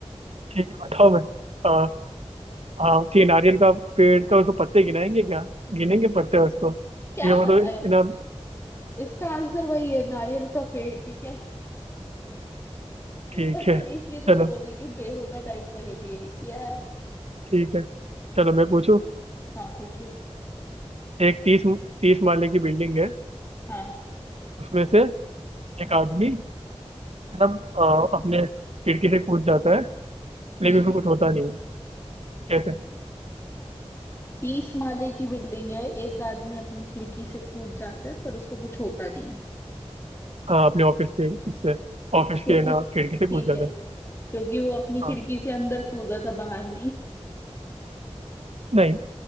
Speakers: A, on the right (about 70°); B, on the left (about 20°).
A: ठीक है बताओ मैं आ, हाँ ठीक है, नारियल का पेड़ तो उसको पत्ते गिनाएंगे क्या गिनेंगे पत्ते उसको ठीक
B: क्या
A: है वो
B: पता
A: तो इतना
B: है इसका आंसर वही है नारियल का पेड़ ठीक है <laughs>
A: ठीक
B: पर
A: है
B: इसलिए तो
A: चलो
B: मैं बोल रही कि बेहुदा टाइप पहेली है कि यार
A: ठीक है चलो मैं पूछूं
B: हाँ पूछो
A: एक तीस तीस माले की बिल्डिंग है
B: हाँ
A: उसमें से एक आदमी मतलब अ, अपने खिड़की से कूद जाता है लेकिन
B: हम्म
A: उसको कुछ होता नहीं है कैसे
B: तीस माले की बिल्डिंग है एक आदमी अपनी खिड़की से कूद जाता है पर उसको कुछ होता नहीं है
A: हाँ अपने ऑफिस के इससे ऑफिस
B: क्योंकि
A: के ना खिड़की से कूद
B: ठीक
A: जाता
B: है
A: है
B: क्योंकि वो अपनी
A: हाँ
B: खिड़की से अंदर कूदा था बाहर नहीं
A: नहीं